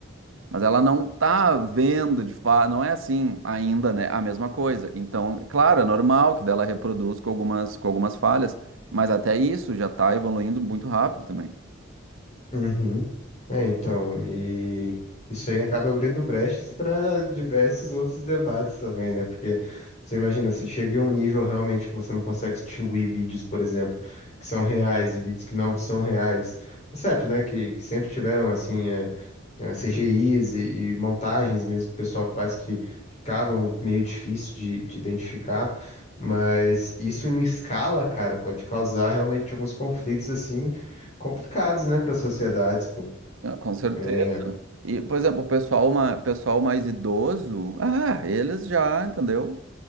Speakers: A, on the right (about 75°); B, on the left (about 35°).
A: mas ela não tá vendo de fato, não é assim ainda, né, a mesma coisa. Então, claro, é normal que dela reproduz com algumas, com algumas falhas, mas até isso já tá evoluindo muito rápido também.
B: Uhum. É, então, e isso aí acaba abrindo brechas para diversos outros debates também, né? Porque você imagina, se chega em um nível realmente que você não consegue distinguir vídeos, por exemplo, que são reais e vídeos que não são reais. Tá certo, né? Que, que sempre tiveram, assim, é, é, CGIs e, e montagens mesmo que o pessoal faz que ficavam meio difícil de, de identificar, mas isso em escala, cara, pode causar realmente alguns conflitos, assim complicados, né, para sociedades, pô.
A: Ah, com certeza.
B: É.
A: E, por exemplo, o pessoal, ma- pessoal mais idoso, ah, eles já, entendeu?